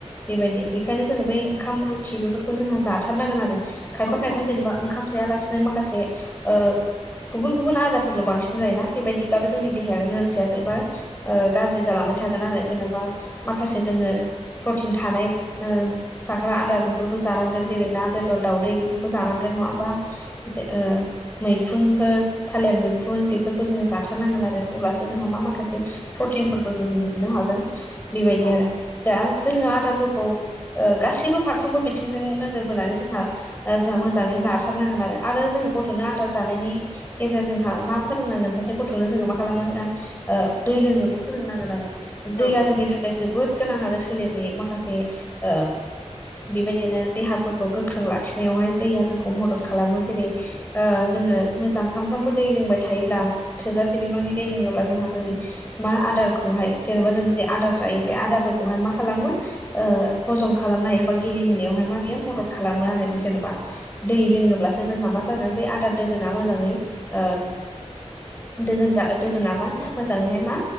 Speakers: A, on the left; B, on the left.
A: बेबायदि बेखायनो जोङो बै ओंखाम रुथि बेफोरखौ जोंहा जाथारनांगोन आरो। खायफा
B: औ
A: खायफा
B: औ
A: जेनेबा ओंखाम जायालासिनो माखासे ओ गुबुन गुबुन आजारफोरल' बांसिन जायोना बेबायदिब्लाबो जोंनि देहाया नोरजिया एबा ओ गाज्रि जालांबाय थागोन आरो जेनेबा माखासे जोङो प्रटिन थानाय ओ जाग्रा आदार बेफोरखौ जानांगोन जेरै ना बेदर दावदै बेफोरखौ जानांगोन नङा ओमबा? जे ओ। मैखुनफोर थालिर मैखुन बेफोरखौ जोङो जाथारनांगोन आरो अब्लासो जोंहा मा माखासे प्रटिनफोरखौ जोङो मोननो हागोन बेबायदि
B: औ
A: आरो। दा जोङो आद्राफोरखौ गासैबो फारफ्रोमबो बिथिंजों नोजोर बोनानै जोंहा। जोंहा मोजाङै जाथारनांगोन आरो आरो जोङो गथ'नो आदार जानायनि गेजेर जोंहा मा फोरोंनांगोन सासे गथ'नो जोङो मा खालामनांगोन ओ दै लोंनोबो फोरोंनांगोन आरो
B: औ
A: दैया
B: औ
A: जोंनि था खाय जोबोद गोनां आरो सोलेरनि माखासे ओ बेबायदिनो देहाफोरखौ गोख्रों लाखिनायावहाय दैया जोंखौ मदद खालामो जेरै ओ जोङो मोजां सानफ्रामबो दै लोंबाय थायोब्ला थोजासे बिबांनि दै लोङोब्ला जोंहा जोंनि मा आदारखौहाय जेनेबा जों जे आदार जायो बे आदारफोरखौहाय मा खालामो ओ हजम खालामनाय एबा गेलेहोनायावहाय मा बियो मदद खालामो आरो जेनेबा दै लोङोब्लासो जोंहा मा जागोन बै आदार दोगोना मोजाङै ओ दोगोन दोगोना मा होनो मोजाङैहाय मा